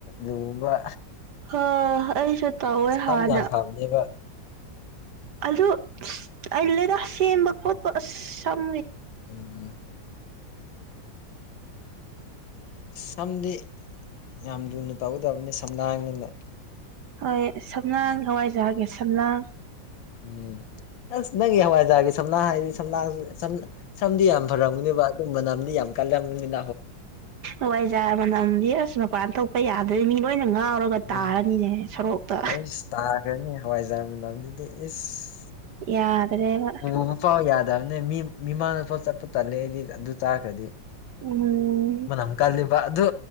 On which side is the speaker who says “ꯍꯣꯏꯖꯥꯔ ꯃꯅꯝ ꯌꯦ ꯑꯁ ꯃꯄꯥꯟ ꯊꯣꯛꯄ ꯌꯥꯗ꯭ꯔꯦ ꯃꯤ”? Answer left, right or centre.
Right